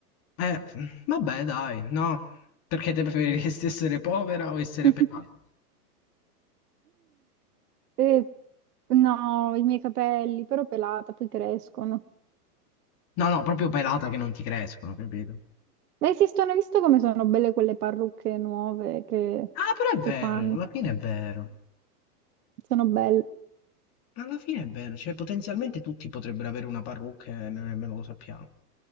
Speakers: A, on the left; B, on the right.
A: Eh, vabbè, dai, no. Perché te preferiresti essere povera o essere
B: <laughs>
A: pelata?
B: Eh, no, i miei capelli, però pelata, poi crescono.
A: No, no, proprio pelata che non ti crescono, capito?
B: Ma esistono, hai visto come sono belle quelle parrucche nuove che,
A: Ah, però è
B: che
A: vero,
B: fanno?
A: alla fine è vero.
B: Sono belle.
A: Alla fine è vero, cioè potenzialmente tutti potrebbero avere una parrucca e noi nemmeno lo sappiamo.